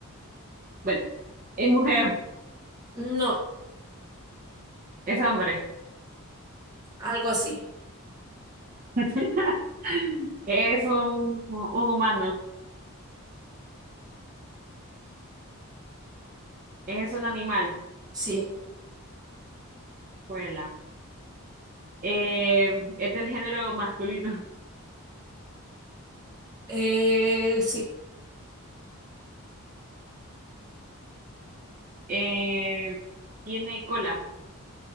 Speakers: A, on the right; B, on the right.
A: Bueno, es mujer,
B: No,
A: es hombre,
B: algo así.
A: <laughs> es un, un humano, es un animal,
B: Sí.
A: vuela. Eh, es del género masculino.
B: Eh, sí.
A: Eh, tiene cola.